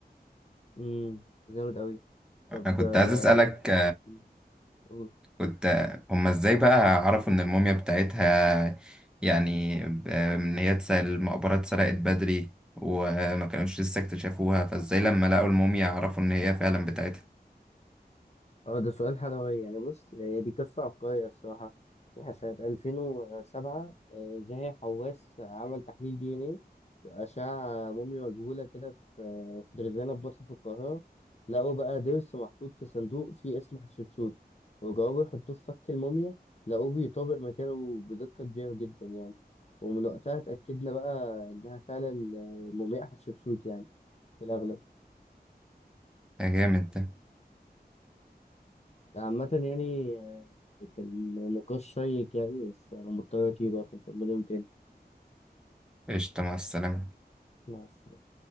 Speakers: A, on the left; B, in the centre.
A: مم، جامد أوي طب
B: أنا كنت
A: آه،
B: عايز أسألك
A: مم، قول.
B: كنت هما ازاي بقى عرفوا ان الموميا بتاعتها يعني ب- ان هي اتس- المقبرة اتسرقت بدري وما كانوش لسه اكتشفوها فازاي لما لقوا الموميا عرفوا ان هي فعلا بتاعتها
A: اه ده سؤال حلوي يعني بص هي دي قصة عبقرية الصراحة يعني سنة 2007 آه، زاهي حواس عمل تحليل دي ان ايه وأشعة موميا مجهولة كده في في الخزانة في متحف القاهرة لقوا بقى ضرس محطوط في صندوق فيه اسم حتشبسوت وجربوا يحطوه في فك الموميا لقوه بيطابق مكانه بدقة كبيرة جدا يعني ومن وقتها اتأكدنا بقى إنها فعلا آه، مومياء حتشبسوت يعني في الأغلب
B: يا جامد ده
A: عامة يعني آه، كان نقاش شيق يعني بس أنا مضطر أتيه بقى فنكمله يوم تاني
B: قشطة مع السلامة
A: مع السلامة